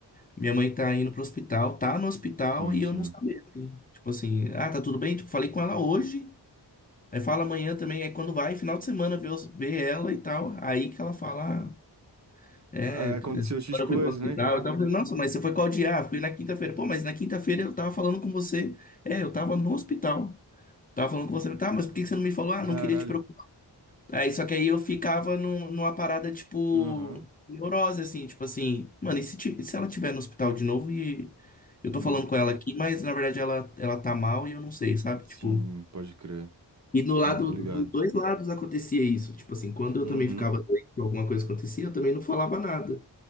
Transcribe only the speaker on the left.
minha mãe tá indo pro hospital, tá no hospital
e
eu não sabia. assim. Tipo assim, ah, tá tudo bem? Tipo, falei com ela hoje. Aí fala amanhã também, é quando vai, final de semana, ver, os- ver ela e tal. Aí que ela fala. ah, é,
quando
eu fui pro hospital,
então eu tava falando, nossa, mas você foi qual dia? Ah, fui na quinta-feira. Pô, mas na quinta-feira eu tava falando com você. É, eu tava no hospital. Tava falando com você, tá, mas por que que você não me falou? Ah,
não queria te preocupar. Aí, só que aí eu ficava num- numa parada, tipo,
neurose, assim, tipo assim, mano, e se, ti- e se ela tiver no hospital de novo e eu
tô
falando com ela aqui, mas na verdade ela, ela tá mal e eu não sei, sabe?
Tipo.
E no lado,
dos dois lados acontecia isso. Tipo assim, quando eu
também ficava doente, alguma coisa acontecia, eu também não falava nada.